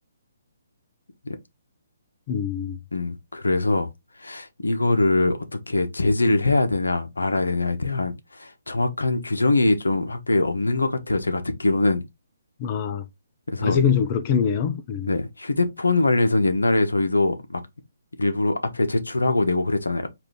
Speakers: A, on the left; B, on the left.
A: 예,
B: 음,
A: 음, 그래서 이거를 어떻게 제지를 해야 되나 말아야 되냐에 대한 정확한 규정이 좀 학교에 없는 것 같아요, 제가 듣기로는.
B: 아,
A: 그래서
B: 아직은 좀 그렇겠네요. 음,
A: 네, 휴대폰 관련해서는 옛날에 저희도 막 일부러 앞에 제출하고 내고 그랬잖아요.